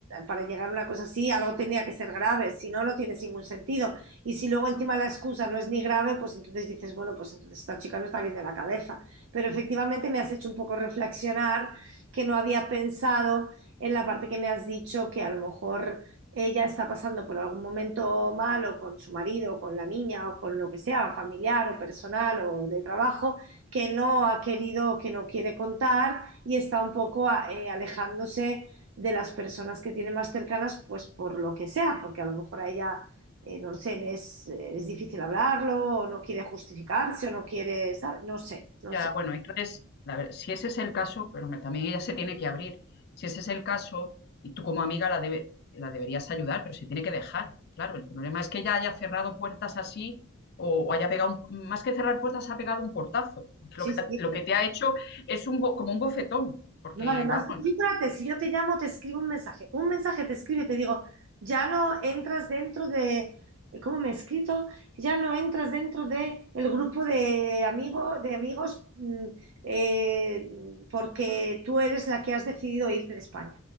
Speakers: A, on the right; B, on the left.
A: para llegar a una cosa así algo tenía que ser grave, si no, no tiene ningún sentido. Y si luego encima la excusa no es ni grave, pues entonces dices, bueno, pues entonces esta chica no está bien de la cabeza. Pero efectivamente me has hecho un poco reflexionar que no había pensado en la parte que me has dicho que a lo mejor ella está pasando por algún momento malo con su marido, o con la niña, o con lo que sea, o familiar, o personal, o de trabajo, que no ha querido, que no quiere contar y está un poco a- eh, alejándose de las personas que tiene más cercanas, pues por lo que sea, porque a lo mejor a ella, eh, no lo sé, le es, eh, es difícil hablarlo, o no quiere justificarse, o no quiere, ¿sabe? No sé, no
B: ya,
A: sé.
B: bueno, entonces, la ver- si ese es el caso, pero me- también ella se tiene que abrir. Si ese es el caso, y tú como amiga la, debe- la deberías ayudar, pero se tiene que dejar. Claro, el problema es que ella haya cerrado puertas así o, o haya pegado, un- más que cerrar puertas, ha pegado un portazo. <laughs>
A: Sí,
B: Lo que,
A: sí,
B: lo
A: sí.
B: que te ha hecho es un, bo- como un bofetón, porque
A: No, además,
B: vamos,
A: tú fíjate, si yo te llamo, te escribo un mensaje. Un mensaje te escribe, y te digo, ya no entras dentro de, ¿cómo me he escrito? Ya no entras dentro de el grupo de amigos, de amigos, mm, eh, porque tú eres la que has decidido irte de España